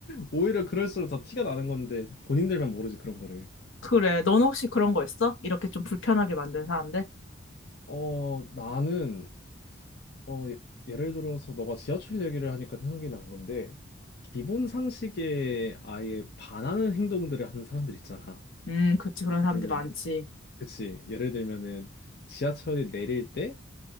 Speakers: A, on the left; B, on the left.
A: 오히려 그럴수록 더 티가 나는 건데 본인들만 모르지 그런 거를.
B: 그래. 넌 혹시 그런 거 있어? 이렇게 좀 불편하게 만든 사람들?
A: 어, 나는 어, 예- 예를 들어서 너가 지하철 얘기를 하니까 생각이 난 건데 기본 상식에 아예 반하는 행동들을 하는 사람들 있잖아.
B: 음, 그치. 그런
A: 예를
B: 사람들
A: 들면
B: 많지.
A: 그치. 예를 들면은 지하철이 내릴 때